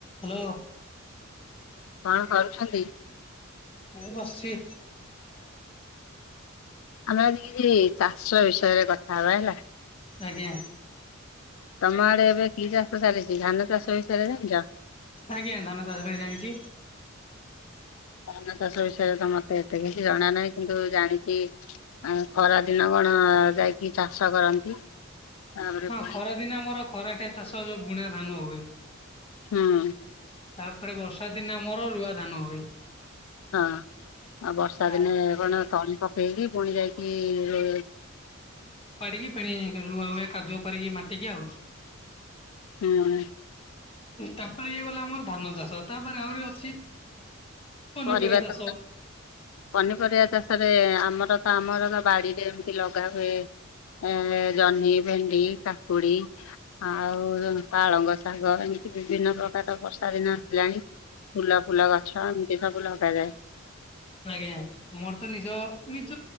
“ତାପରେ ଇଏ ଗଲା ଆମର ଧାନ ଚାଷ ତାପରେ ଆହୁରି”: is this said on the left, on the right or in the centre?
Left